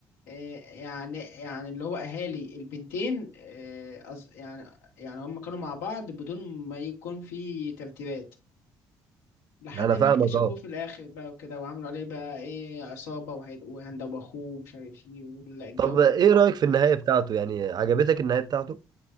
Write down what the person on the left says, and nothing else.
آه، يعني يعني اللي هو اهالي البنتين آه، قصد- يعني يعني هما كانوا مع بعض بدون ما يكون في ترتيبات لحد
ما
اكتشفوه
في الاخر بقى وكده وعملوا عليه بقى ايه عصابه وهيد- وهند واخوه ومش عارف ايه والجو